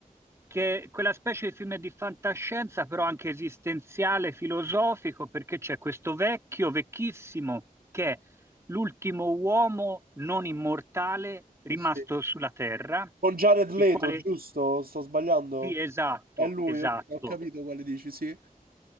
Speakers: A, on the right; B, on the right.
A: che è quella specie di film di fantascienza, però anche esistenziale, filosofico, perché c'è questo vecchio, vecchissimo, che è l'ultimo uomo non immortale rimasto
B: Sì.
A: sulla Terra,
B: Con Jared Leto,
A: il quale,
B: giusto? Sto sbagliando?
A: sì, esatto,
B: È lui,
A: esatto
B: ok, ho capito quale dici, sì.